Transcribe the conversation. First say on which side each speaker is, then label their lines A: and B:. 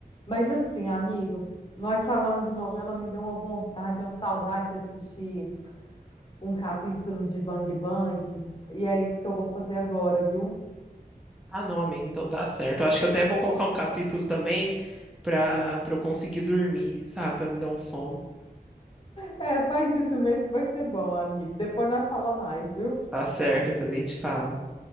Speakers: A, on the left; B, in the centre.
A: Mas assim, amigo, nós falando de novela, me deu uma vontade, uma saudade de assistir um capítulo de Bang Bang. E é isso que eu vou fazer agora, viu?
B: Ah, não, amigo, então tá certo. Eu acho que eu até vou colocar um capítulo também pra, pra eu conseguir dormir, sabe? Pra me dar um sono.
A: É, faz isso mesmo que vai ser bom, amigo. Depois nós fala mais, viu?
B: Tá certo, depois a gente fala.